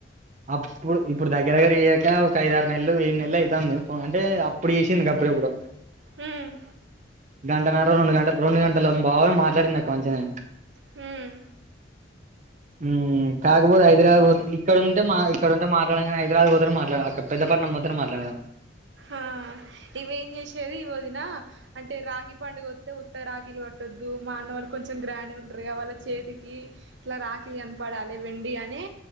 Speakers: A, on the right (about 40°); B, on the right (about 70°).
A: అబ్ ఇప్పుడు ఇప్పుడు దగ్గర దగ్గర చేయ్యాక ఒక ఐదు ఆరు నెల్లు ఏడు నెల్లు అయితాంది అంటే అప్పుడు చేసింది గప్పుడు ఎప్పుడో
B: హ్మ్
A: గంటన్నరో రెండు గంటలు రెండు గంటలు బా మాట్లాడిన కొంచమె
B: హ్మ్
A: హ్మ్ కాకపోతే హైదరాబాద్ పొత్ ఇక్కడ ఉంటే మా ఇక్కడుంటే మాట్లాడగానీ హైదరాబాద్ పోతే మాట్లా ఇక పెద్ద పట్నం పోతేనె మాట్లాడదం
B: ఆ ఇవేం చేసేది వదిన అంటే రాఖి పండుగ వత్తే త రాఖిలు కట్టొద్దు మా అన్నవాళ్ళు కొంచెం గ్రాండ్ గుంటారు ఆ వాళ్ళ చేతి ఇ ఇట్లా రాఖిల్ కనపడాలె వెండి అని